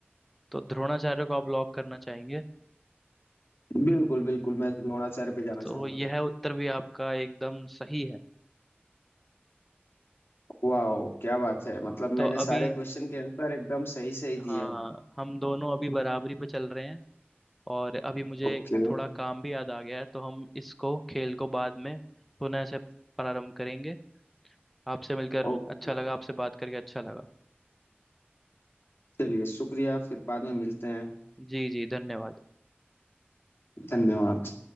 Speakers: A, in the centre; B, on the left (about 70°).
A: तो द्रोणाचार्य को आप लॉक करना चाहेंगे
B: है बिल्कुल बिल्कुल मैं द्रोणाचार्य पे जाना
A: तो
B: चाहूंगा
A: यह उत्तर भी आपका एकदम सही है
B: वाह क्या बात है मतलब
A: हाँ, तो
B: मैंने
A: अभी
B: सारे क्वेश्चन के आंसर एकदम सही सही
A: हाँ
B: दिए हूँ
A: हाँ, हम दोनों अभी बराबरी पे चल रहे हैं और अभी मुझे
B: ओके
A: एक थोड़ा काम भी याद आ गया है तो हम इसको खेल को बाद में पुनः से प्रारंभ करेंगे आपसे मिलकर
B: ओके
A: अच्छा लगा आपसे बात करके अच्छा लगा
B: चलिए शुक्रिया फिर बाद में मिलते हैं
A: जी जी धन्यवाद
B: धन्यवाद